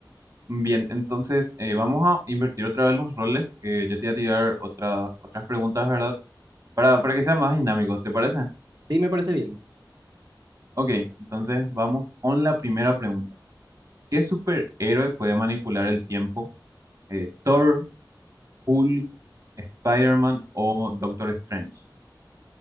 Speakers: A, on the right; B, on the right.
A: Bien, entonces eh, vamos a invertir otra vez los roles, que yo te voy a tirar otra- otras preguntas, ¿verdad? Para, para que sea más dinámico, ¿te parece?
B: Sí, me parece bien.
A: Ok, entonces vamos con la primera pregunta. ¿Qué superhéroe puede manipular el tiempo? Eh, ¿Thor, Hulk, Spider-Man o Doctor Strange?